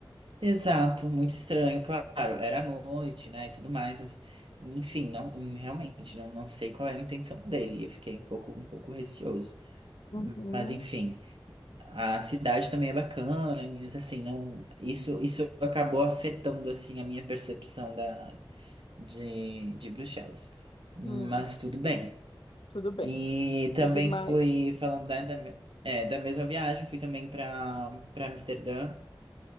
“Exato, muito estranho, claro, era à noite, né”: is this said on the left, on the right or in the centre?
Right